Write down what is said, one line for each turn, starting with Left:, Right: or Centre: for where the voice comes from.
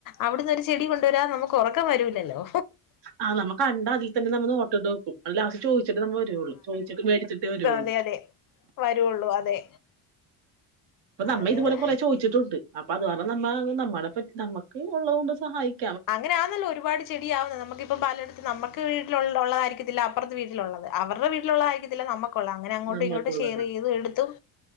Left: അവിടുന്ന് ഒരു ചെടി കൊണ്ടുവരാം നമുക്ക് കൊറക്ക വരൂല്ലല്ലോ
Right: ആ നമ്മ കണ്ടാ അതിൽ തന്നെ നമ്മ നോട്ടിട്ട് വെക്കും അത് ലാസ്റ്റ് ചോദിച്ചിട്ട് നമ്മ വരുള്ളു ചോദിച്ചിട്ട് മേടിച്ചിട്ടേ വരുള്ളു
Left: അതെ അതെ വരുള്ളൂ അതെ
Right: അപ്പൊ നമ്മ
Left: അത്
Right: ഇതുപോലെ കൊറെ ചോയ്ച്ചിട്ടുണ്ട് അപ്പൊ അത് പറഞ്ഞ നമ്മ നമ്മളെ പറ്റി നമ്മുക്ക് ഉള്ളത്കൊണ്ട് സഹായിക്കും
Left: അങ്ങനെ ആന്നല്ല ഒരുപാട് ചെടിയാവുന്നത് നമ്ക്കിപ്പൊ പലടത്ത് നമുക്ക് വീട്ടള്ളതായിരിക്കത്തില്ല അപ്പുറത്തെ വീട്ടിലുള്ളത് അവരുടെ വീട്ടിലുള്ളള്ളതായിരിക്കത്തില്ല നമുക്ക് ള അങ്ങനെ അങ്ങോട്ടും
Right: നമ്മൾക്കുള്ളത്
Left: ഇങ്ങോട്ടും ഷെയർ ചെയ്തു എടുത്തും